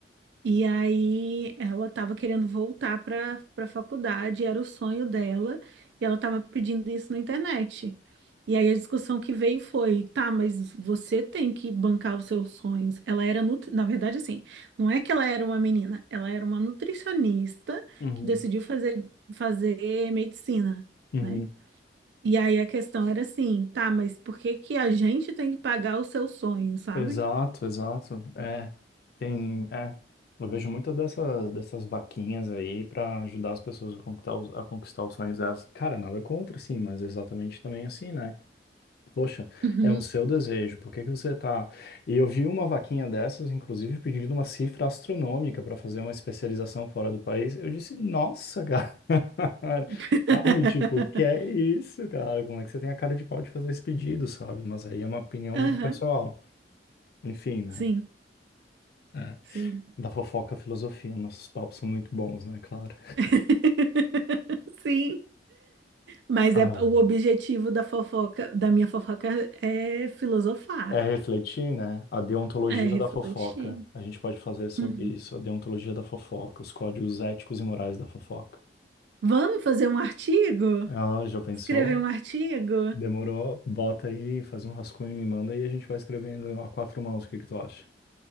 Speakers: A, on the right (about 70°); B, on the left (about 55°).
A: E aí ela estava querendo voltar para para a faculdade, era o sonho dela, e ela estava pedindo isso na internet. E aí a discussão que veio foi, tá, mas você tem que bancar os seus sonhos. Ela era, nutri... na verdade, assim, não é que ela era uma menina, ela era uma nutricionista
B: Uhum.
A: que decidiu fazer, fazer medicina,
B: Uhum.
A: né? E aí a questão era assim, tá, mas por que que a gente tem que pagar o seu sonho, sabe?
B: Exato, exato. É, tem, é, eu vejo muitas dessas, dessas vaquinhas aí para ajudar as pessoas a conquistar os, a conquistar os sonhos delas. Cara, nada contra, sim, mas exatamente também assim, né? Poxa,
A: Uhum.
B: é um seu desejo, por que que você tá... E eu vi uma vaquinha dessas, inclusive, pedindo uma cifra astronômica para fazer uma especialização fora do país. Eu disse, nossa, cara, <laughs>
A: <laughs>
B: sabe? Tipo, que é isso, cara? Como é que você tem a cara de pau de fazer esse pedido, sabe? Mas aí é uma opinião
A: Aham.
B: minha pessoal. Enfim, né?
A: Sim,
B: É.
A: sim.
B: Da fofoca à filosofia. Nossos papos são muito bons, né? Claro.
A: <laughs> Sim. Mas
B: Ah,
A: é o objetivo da fofoca, da minha fofoca é filosofar,
B: É refletir, né? A deontologia
A: é refletir.
B: da fofoca. A gente pode fazer sobre
A: Uhum.
B: isso. A deontologia da fofoca. Os códigos éticos e morais da fofoca.
A: Vamos fazer um artigo?
B: Ah, já pensou?
A: Escrever um artigo?
B: Demorou? Bota aí, faz um rascunho e me manda e a gente vai escrevendo a quatro mãos. O que que tu acha?